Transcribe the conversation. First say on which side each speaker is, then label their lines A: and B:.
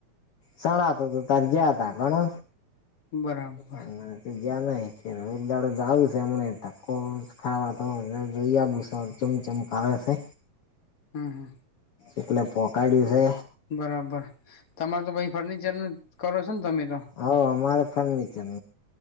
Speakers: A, on the left; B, on the left.
A: સણા હતું તું તારી ગયા ત ગણો
B: બરાબર
A: એ ના ગયા ન ખ એકદાડ જાઉું છે એમ તકો ખાવા તો જોઈયા બુસન ચમ ચમકાારે છે
B: હા હા
A: એટલે પકા દિવસે
B: બરાબર તમાર તો પાઈ ફર્નિચર ન કરો છો ને તમે તો
A: હ અમારે ફર્નિચર ન